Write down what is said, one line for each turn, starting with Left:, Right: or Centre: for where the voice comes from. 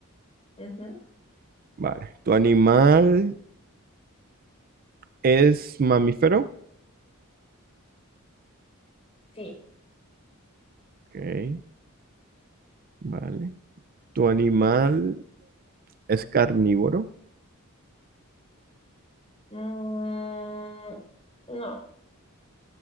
Left: ujú.
Right: vale. ¿Tu animal es mamífero?
Left: sí.
Right: Ok, vale. ¿Tu animal es carnívoro?
Left: Mm, no.